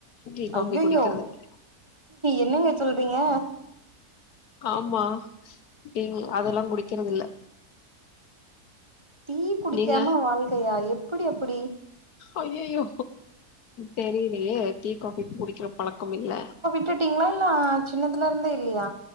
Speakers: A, on the left; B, on the right.
A: டீ காஃபி
B: அய்யயோ
A: குடிக்கிறது இல்ல.
B: என்னங்க சொல்றீங்க
A: ஆமா டீ அதெல்லா குடிக்கறதில்ல
B: டீ குடிக்காம
A: நீங்க
B: வாழ்க்கையா எப்புடி அப்புடி
A: அய்யயோ தெரியிலையே டீ காஃபி குடிக்கிற பழக்கம் இல்ல
B: உட்டுட்டீங்ளா இல்ல சின்னதுல இருந்தே இல்லையா